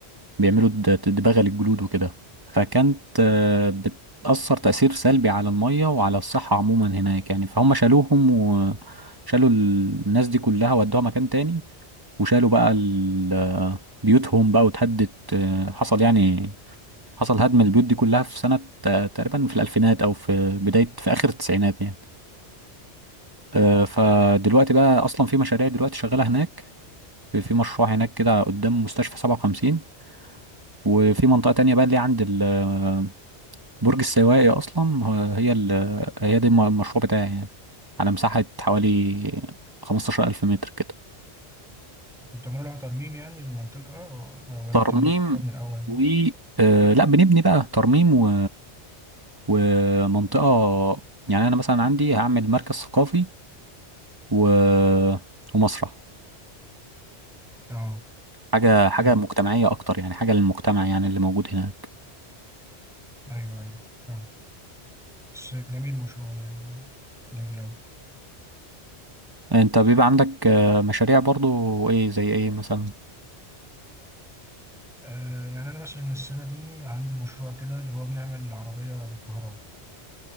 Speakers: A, on the right (about 20°); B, in the centre.
A: بيعملوا د- دباغة للجلود وكده فكانت آه، بتأثر تأثير سلبي على المية وعلى الصحة عموما هناك يعني فهم شالوهم وشالوا الناس دي كلها ودوها مكان تاني وشالوا بقى ال- آه، بيوتهم بقى واتهدت آه، حصل يعني حصل هدم البيوت دي كلها في سنة آه، تقريبا في الألفينات أو في بداية في آخر التسعينات يعني آه، فدلوقتي بقى اصلا في مشاريع دلوقتي شغاله هناك في في مشروع هناك كده قدام مستشفى 57 وفي منطقه تانية بقى اللي هي عند ال- آه، برج السواقي اصلا هو- هي ال- هي دي الم- المشروع بتاعي يعني على مساحه حوالي 15000 متر كده
B: انتوا بتعملوا لها ترميم يعني للمنطقة و- ولا
A: ترميم
B: بتبنوها من الأول؟
A: و آه، لا بنبني بقى ترميم و... ومنطقه يعني انا مثلا عندي هعمل مركز ثقافي و... ومسرح
B: اه
A: حاجه حاجه
B: حلو
A: مجتمعيه اكتر يعني حاجه للمجتمع يعني اللي موجود هنا
B: ايوه ايوه فاهم بس جميل مشروع ده يعني جميل اوي
A: انت بيبقى عندك آه، مشاريع برضو ايه زي ايه مثلا
B: آه يعني انا مثلا السنه دي عندي مشروع كده اللي هو بنعمل عربيه بالكهرباء